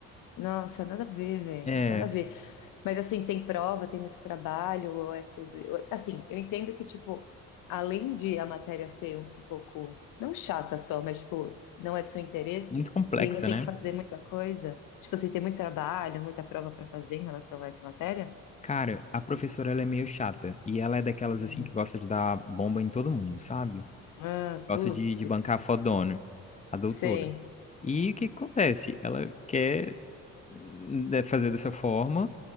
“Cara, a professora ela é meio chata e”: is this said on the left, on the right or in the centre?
Left